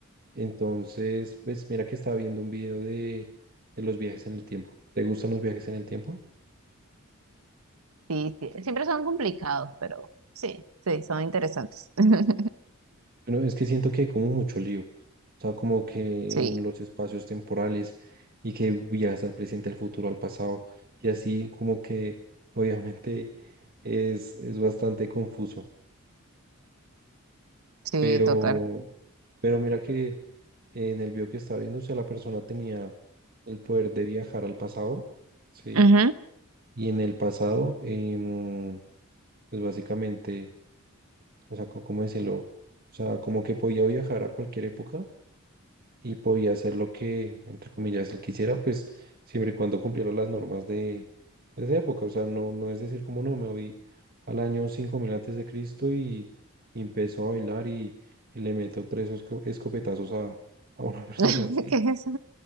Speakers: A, on the right; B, on the right.
A: Entonces, pues mira que estaba viendo un video de, de los viajes en el tiempo. ¿Te gustan los viajes en el tiempo?
B: Sí, sí, siempre son complicados, pero sí, sí, son interesantes. <laughs>
A: Bueno, es que siento que hay como mucho lío. O sea, como que
B: Sí,
A: en los espacios temporales y que viajas al presente, al futuro, al pasado. Y así como que <laughs> obviamente es, es bastante confuso.
B: sí,
A: Pero,
B: total.
A: pero mira que en el video que estaba viendo, o sea, la persona tenía el poder de viajar al pasado, ¿sí?
B: Ujú.
A: Y en el pasado, em, pues básicamente o sea, co- ¿cómo decirlo? O sea, como que podía viajar a cualquier época y podía hacer lo que, entre comillas, él quisiera, pues siempre y cuando cumpliera las normas de, de esa época. O sea, no, no es decir como no, me voy al año 5000 antes de Cristo y, y empezó a bailar y, y le meto tres esco- escopetazos a, a una <laughs> persona
B: <laughs>
A: así.
B: ¿Qué es eso?